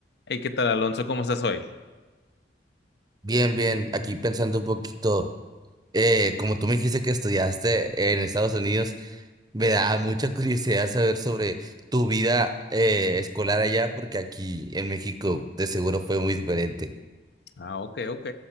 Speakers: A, on the left; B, on the right.
A: Hey, ¿qué tal, Alonso? ¿Cómo estás hoy?
B: Bien, bien, aquí pensando un poquito, eh, como tú me dijiste que estudiaste en Estados Unidos, me da mucha <laughs> curiosidad saber sobre tu vida eh, escolar allá, porque aquí en México de seguro fue muy diferente.
A: Ah, ok, ok.